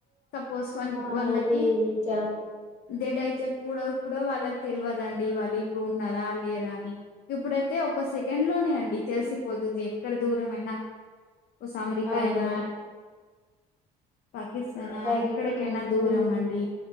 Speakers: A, on the left; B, on the left.
A: సపోస్ వాలు
B: ఆ
A: వాళ్ళకి
B: అది నిజమే
A: డెడ్ అయితే కూడా ఇప్పుడు వాళ్ళకి తెల్వదండి వాళ్ళు ఇప్పుడు ఉన్నారా లేరా అని ఇప్పుడైతే ఒక సెకండ్ లోనే అండి. తెలిసిపోతుంది ఎక్కడ దూరమైన ఓసు అమెరికా
B: అవును
A: అయినా. పాకిస్తానా
B: కరెక్ట్
A: ఎక్కడికైనా దూరమండి
B: ఉమ్,